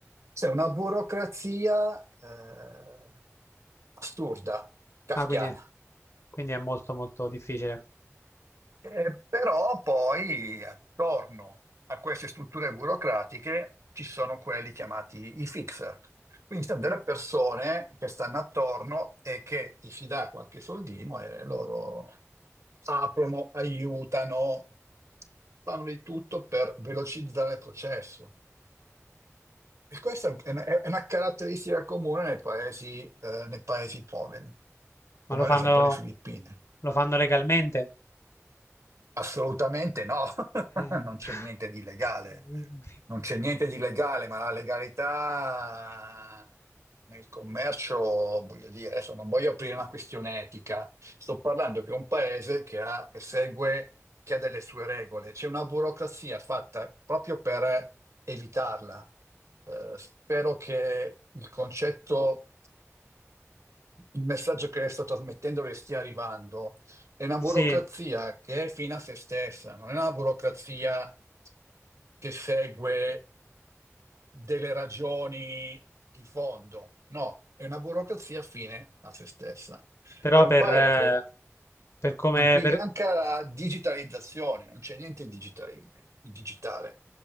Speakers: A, on the right; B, on the left.
A: C'è una burocrazia eh, assurda, kafkiana.
B: Ah, quindi, quindi è molto molto difficile.
A: Eh, però poi attorno a queste strutture burocratiche ci sono quelli chiamati i fixer. Quindi sono delle persone che stanno attorno e che ti si dà qualche soldino e loro aprono, aiutano, fanno di tutto per velocizzare il processo. E questa è una, è una caratteristica comune nei paesi, eh, nei paesi poveri,
B: Ma
A: come
B: lo
A: ad
B: fanno,
A: esempio le Filippine.
B: lo fanno legalmente?
A: Assolutamente no, <laughs>
B: Eh,
A: non c'è
B: <laughs>
A: niente di legale, non c'è niente di legale, ma la legalità nel commercio, voglio dire, adesso non voglio aprire una questione etica, sto parlando che è un paese che ha, che segue, che ha delle sue regole, c'è una burocrazia fatta proprio per evitarla. Eh, spero che il concetto, il messaggio che le sto trasmettendo le stia arrivando è una
B: Sì,
A: burocrazia che è fine a se stessa, non è una burocrazia che segue delle ragioni di fondo, no, è una burocrazia fine a se stessa.
B: però
A: È un
B: per,
A: paese
B: eh, per come,
A: in cui
B: per-
A: manca la digitalizzazione, non c'è niente in digitali- in digitale,